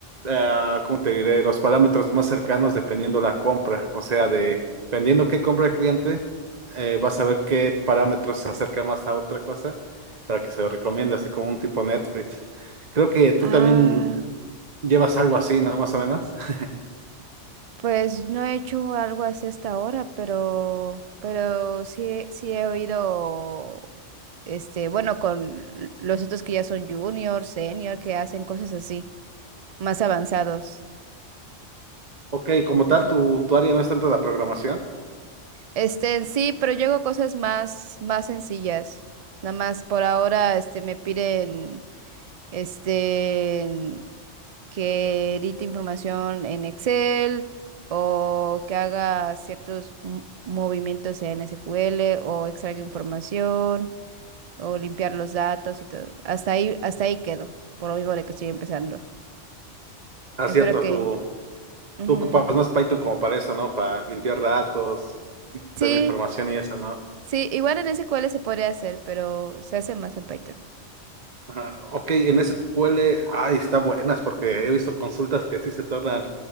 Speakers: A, on the right (about 40°); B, on the right (about 55°).
A: ah, ¿cómo te diré? Los parámetros más cercanos dependiendo la compra. O sea, de, dependiendo qué compra el cliente, eh, vas a ver qué parámetros se acercan más a otra cosa para que se lo recomiende, así como un tipo Netflix. Creo que tú
B: Ah,
A: también llevas algo así, ¿no? Más o menos. <laughs>
B: pues no he hecho algo así hasta ahora, pero, pero sí, he- sí he oído, este, bueno, con los otros que ya son junior, senior, que hacen cosas así, más avanzados.
A: Ok, como tal,
B: Ese-
A: tu, tu área no es tanto la programación.
B: Este, sí, pero yo hago cosas más, más sencillas. Nada más por ahora, este, me piden, este, en- que edite información en Excel o que haga ciertos m- movimientos en SQL o extraiga información o limpiar los datos y todo. Hasta ahí, hasta ahí quedo, por lo mismo de que estoy empezando.
A: Ah,
B: Espero
A: cierto,
B: que...
A: tu,
B: ujú.
A: Tú ocupas más Python como para eso, ¿no? Para limpiar datos,
B: Sí,
A: toda la información y eso, ¿no?
B: sí, igual en SQL se podría hacer, pero se hace más en Python.
A: Ajá. Ok, en SQL, ay, está buenas porque he visto consultas que sí se tornan